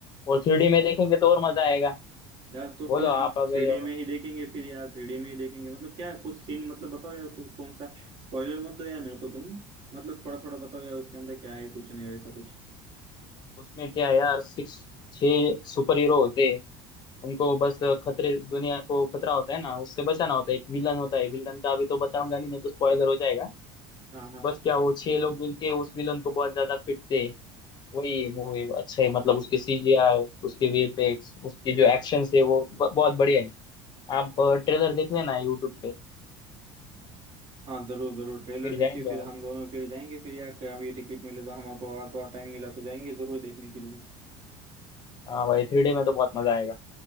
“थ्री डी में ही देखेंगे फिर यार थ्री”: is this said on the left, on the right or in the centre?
Right